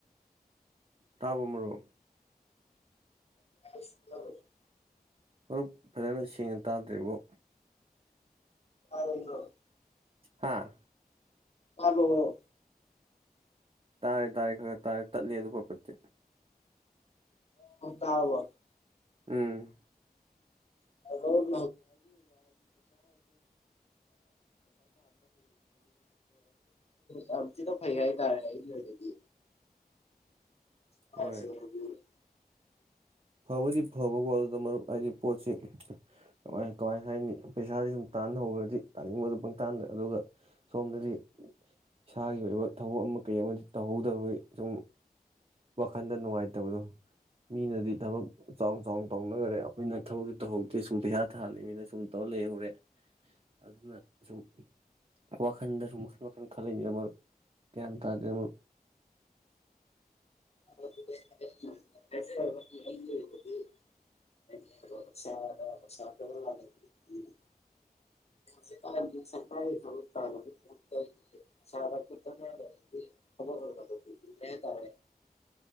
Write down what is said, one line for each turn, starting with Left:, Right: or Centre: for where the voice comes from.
Right: ꯇꯥꯕꯔꯣ ꯃꯔꯨꯞ
Left: <unintelligible>
Right: ꯃꯔꯨꯞ ꯐꯖꯅ ꯁꯦꯡꯅ ꯇꯥꯗ꯭ꯔ‌ꯦꯕꯣ
Left: <unintelligible>
Right: ꯍꯥꯥ
Left: <unintelligible>
Right: ꯇꯥꯔꯦ ꯇꯥꯔꯦ ꯈꯔ ꯈꯔ ꯇꯥꯔꯦ ꯇꯠꯂꯦ ꯑꯗꯨ ꯄꯠ ꯄꯠꯇꯤ <unintelligible>
Left: <unintelligible>
Right: ꯎꯝ
Left: <unintelligible> <unintelligible> ꯌꯥꯝ ꯊꯤꯅ ꯐꯩ ꯍꯥꯏꯇꯔꯦ ꯑꯩꯒꯤ ꯑꯣꯏꯅꯗꯤ <unintelligible>
Right: ꯍꯣꯏ ꯐꯕꯨꯗꯤ ꯐꯕꯀꫭ ꯑꯗꯨꯗ ꯃꯔꯨꯞ ꯍꯥꯏꯗꯤ ꯄꯣꯠꯁꯤ ꯀꯃꯥꯏ ꯀꯃꯥꯏ ꯍꯥꯏꯅꯤ ꯄꯩꯁꯥꯥꯁꯦ ꯁꯨꯝ ꯇꯥꯟꯍꯧꯈ꯭ꯔꯗꯤ ꯇꯥꯅꯤꯡꯕꯗꯨ ꯄꯪꯇꯥꯟꯗ ꯑꯗꯨꯒ ꯁꯣꯝꯗꯗꯤ ꯏꯁꯥꯒꯤ ꯑꯣꯏꯕ ꯊꯕꯛ ꯑꯃ ꯀꯩ ꯑꯃꯗꯤ ꯇꯧꯍꯧꯗꯕꯒꯤ ꯁꯨꯝ ꯋꯥꯈꯜꯗ ꯅꯨꯡꯉꯥꯏꯇꯕꯗꯣ ꯃꯤꯅꯗꯤ ꯊꯕꯛ ꯆꯥꯎꯅ ꯆꯥꯎꯅ ꯇꯧꯅꯈꯔꯦ ꯑꯩꯈꯣꯏꯅ ꯊꯕꯛꯇꯤ ꯇꯧꯍꯧꯗꯦ ꯁꯨꯝ ꯄꯩꯁꯥ ꯇꯥꯟꯂꯤꯃꯤꯅ ꯁꯨꯝ ꯇꯧꯔ ꯂꯩꯍꯧꯔꯦ ꯑꯗꯨꯅ ꯁꯨꯝ ꯋꯥꯈꯜꯗꯁꯨꯨ ꯃꯈꯜ ꯃꯈꯜ ꯈꯜꯂꯛꯏꯅꯦꯗ ꯃꯔꯨꯞ ꯒ꯭ꯌꯥꯟ ꯇꯥꯗꯦ ꯃꯔꯨꯞ
Left: <unintelligible> <unintelligible>
Right: <inaudible>
Left: <unintelligible> <unintelligible>